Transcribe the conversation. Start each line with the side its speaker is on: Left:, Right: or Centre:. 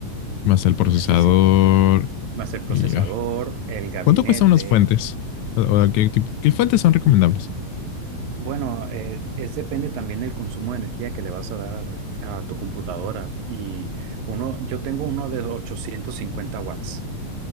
Left: Más el procesador.
Right: Necesi- más el procesador,
Left: Y, ay.
Right: el gabinete,
Left: ¿Cuánto cuestan unas fuentes? O- o ¿qué, tipo- qué fuentes son recomendables?
Right: Bueno, eh, es depende también del consumo de energía que le vas a dar a tu computadora. Y uno, yo tengo uno de 850 watts,